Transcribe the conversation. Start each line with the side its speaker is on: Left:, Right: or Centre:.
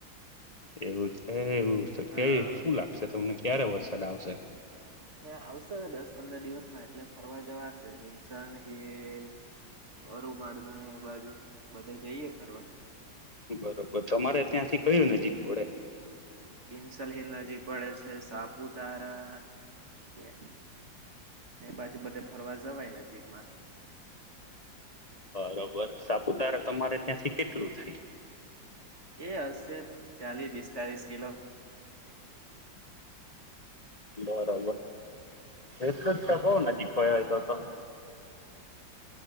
Left: એવું છે એવું કે
Right: હા
Left: શું લાગશે તમને ક્યારે વરસાદ આવશે
Right: આવશે દસ પંદર દિવસમાં એટલે ફરવા જવાશે વિસ હલ અરુ મા બાજુ બધે જઈએ ફરવા
Left: બરોબર તમારે ત્યાંથી કયું નજીક પડે
Right: વિનસન હિલ નજીક પડે છે સાપુતારા બેર ને એ બાજુ બધે ફરવા જવાય નજીકમાં
Left: બરોબર સાપુતારા તમારે ત્યાંથી કેટલું થાય.
Right: એ હશે ચાલી પિસ્તાલીસ કિલો
Left: બરોબર એટલું જ તો બઉ નજીક કેવાય તો તો